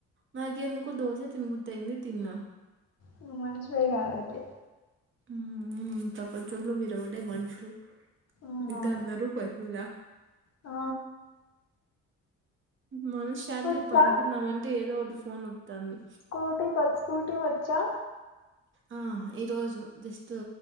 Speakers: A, on the right (about 40°); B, on the left (about 55°).
A: నాకు ఎందుకో దోస తినబుద్దయింది తిన్నా
B: నువ్వు మనషివే గాదు అయితే
A: ఉమ్ ఉ ప్రపంచంలో మీరు ఒకటే మనుషులు
B: అవునవును
A: మీగిత అందరు పశువులా
B: ఆ
A: మనశ్శాంతి
B: వచ్చా
A: పనుకుందామంటే ఏదో ఒకటి ఫోన్ వ త్తాంది
B: స్కూటీ స్కూటీ వచ్చా
A: ఆ ఈ రోజు జస్ట్